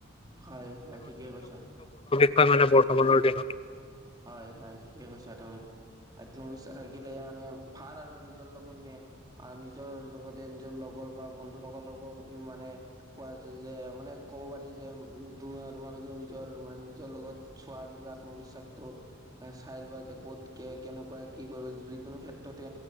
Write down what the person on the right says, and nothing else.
হয় হয় ঠিকেই কৈছা।
হয় হয় ঠিকেই কৈছা তুমি আত্মবিশ্বাস থাকিলে মানে ভাল আৰু নিজৰ লগন নে আৰু নিজৰ লগতে নিজৰ লগত বা বন্ধুসকলকো মানে কোৱা য-যে মানে ক'ব পাৰি যে তোমাৰ মানে মোৰ নিজৰ মানে নিজৰ লগত চোৱা নিজৰ আত্মবিশ্বাস চাই লোৱা যে ক'ত কেনেকুৱা কি কৰিবা, যিকোনো ক্ষেত্ৰতে